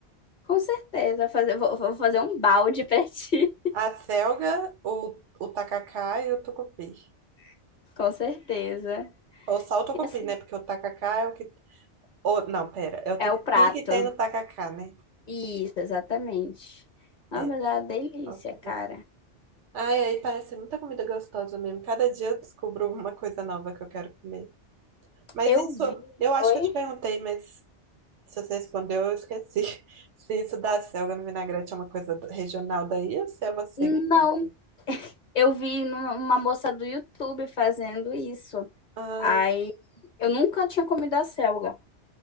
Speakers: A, on the left; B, on the right.
A: Com certeza, fazer, vou, vou fazer um balde pra ti.
B: A selga, o, o tacacá e o tucupi.
A: <laughs> Com certeza.
B: Ou só o tucupi,
A: E assim,
B: né? Porque o tacacá é o que. Ou, não, pera. É o
A: é
B: tucupi
A: o prato.
B: que tem no tacacá, né?
A: Isso, exatamente. Ah,
B: É.
A: mas é uma delícia,
B: Ó, o tacacá.
A: cara.
B: Ai, aí parece muita comida gostosa mesmo. Cada dia eu descubro uma coisa nova que eu quero comer. Mas
A: Eu
B: isso,
A: vi.
B: eu acho
A: Oi?
B: que eu te perguntei, mas. Se você respondeu, eu esqueci. <laughs> Se isso da selga no vinagrete é uma coisa do- regional daí, ou se é você
A: Não,
B: que. falou?
A: eu vi numa- uma moça do YouTube fazendo isso.
B: Ah,
A: Aí eu nunca tinha comido a selga.